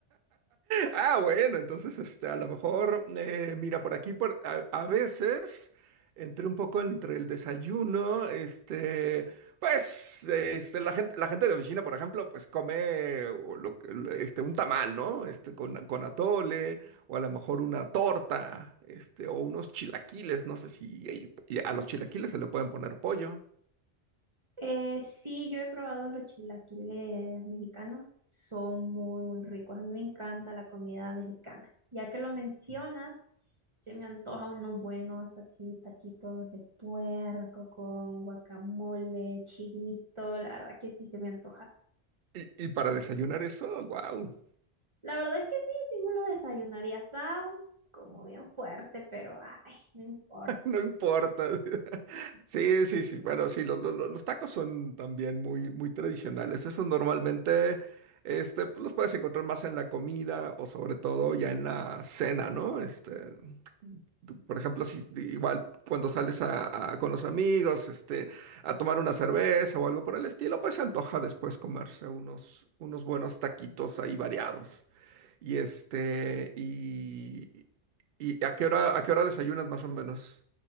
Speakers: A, on the right; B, on the right.
A: Ah, bueno, entonces este, a lo mejor, eh, mira, por aquí por, a, a veces entre un poco entre el desayuno, este, pues este, la gente, la gente de oficina, por ejemplo, pues come o lo que- este, un tamal, ¿no? Este, con, con atole, o a lo mejor una torta, este, o unos chilaquiles, no sé si y- y a los chilaquiles se le pueden poner pollo.
B: Eh, sí, yo he probado los chilaquiles mexicanos. Son muy, muy ricos. A mí me encanta la comida mexicana. Ya que lo mencionas, se me antoja unos buenos así taquitos de puerco con guacamole, chilito. La verdad que sí se me antoja.
A: Y, y para desayunar eso, wow.
B: La verdad es que sí, sí me lo desayunaría. Está un- como bien fuerte, pero ay, no importa.
A: No importa. <laughs> Sí, sí, sí. Bueno, sí, los, los- los tacos son también muy, muy tradicionales. Eso normalmente, este, pues, los puedes encontrar más en la comida o sobre todo ya en la cena, ¿no? Este, tú, por ejemplo, si igual cuando sales a, a- con los amigos, este, a tomar una cerveza o algo por el estilo, pues se antoja después comerse unos, unos buenos taquitos ahí variados. Y este, y, y ¿a qué hora, a qué hora desayunas más o menos?